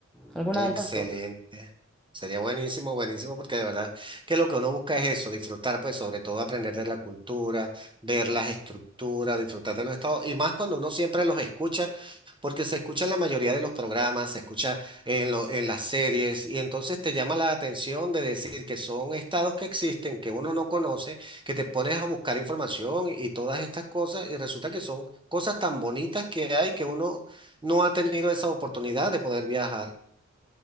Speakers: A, in the centre; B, on the right.
A: alguna
B: Excelente.
A: de esas dos.
B: Sería buenísimo, buenísimo, porque de verdad que lo que uno busca es eso, disfrutar, pues sobre todo aprender de la cultura, ver las estructuras, disfrutar de los estados, y más cuando uno siempre los escucha, porque se escucha en la mayoría de los programas, se escucha en, lo- en las series, y entonces te llama la atención de decir que son estados que existen, que uno no conoce, que te pones a buscar información y todas estas cosas, y resulta que son cosas tan bonitas que hay que uno no ha tenido esa oportunidad de poder viajar.